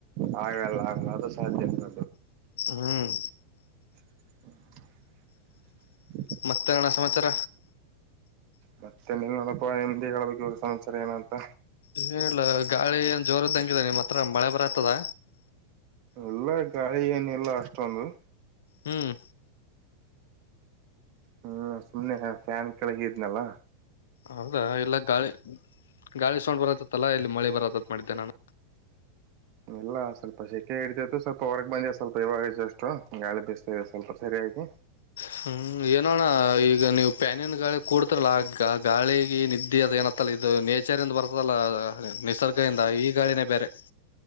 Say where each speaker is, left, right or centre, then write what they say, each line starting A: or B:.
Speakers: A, on the right (about 40°); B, on the left (about 60°).
A: ಹಾಗಲ್ಲ ಹಾಂಗಾದ ಸಾಧ್ಯಲ್ಲ
B: ಹ್ಮ್
A: ಹ
B: ಮತ್ತೆ ಹಣ ಸಮಾಚಾರ
A: ಮತ್ತೆ ನಿಲ್ ನೋಡಪ್ಪ ನಿಮ್ದಿ ಹೇಳಬೇಕ ಸಮಾಚಾರ ಏನ ಅಂತ
B: ಹೇಳ ಗಾಳಿ ಏನ್ ಜೋರದ್ದಂಗಿದೆ ನಿಮ್ ಹತ್ರ ಮಳೆ ಬರತ್ತದ
A: ಎಲ್ಲ ಗಾಳಿ ಏನಿಲ್ಲ ಅಷ್ಟೊಂದು
B: ಹ್ಮ್
A: ಹ್ಮ ಸುಮ್ನೆ ಫ್ಯಾನ್ ಕೆಳಗೆ ಇದ್ನಲ್ಲ
B: ಹೌದಾ ಎಲ್ಲ ಗಾಳಿ ಗಾಳಿ ಸೌ್ ಬರತ್ತತ್ತಲ್ಲಾ ಇಲ್ಲಿ ಮಳೆ ಬರತತ್ ಮಾಡಿದ್ದೆ ನಾನು
A: ಇಲ್ಲ ಸ್ವಲ್ಪ ಸೆಖೆ ಹಿಡತತ್ತು ಸ್ವಲ್ಪ ಹೊರಗ್ ಬಂದಿದೆ ಸ್ವಲ್ಪ ಇವಾಗತ್ತು ಅಷ್ಟು ಗಾಳಿ ಬಿಸ್ತದೆ ಸ್ವಲ್ಪ ಸರಿಯಾಗಿ
B: ಹ್ಮ್ ಏನೋಣ್ಣ ಈಗ ನೀವು್ ಪ್ಯಾನಿನ್ ಗಾಳಿ ಕೂಡ್ತರಲ್ಲ ಗಾಳಿಿಗೆ ನಿದ್ದೆ ಅದ ಏನತ್ತಲ್ಲ ಇದು ನೇಚರ್ಂದ ಬರ್ತಲ್ಲ ನಿಸರ್ಗ ಇಿಂದ ಈ ಗಾಳಿನೇ ಬೇರೆ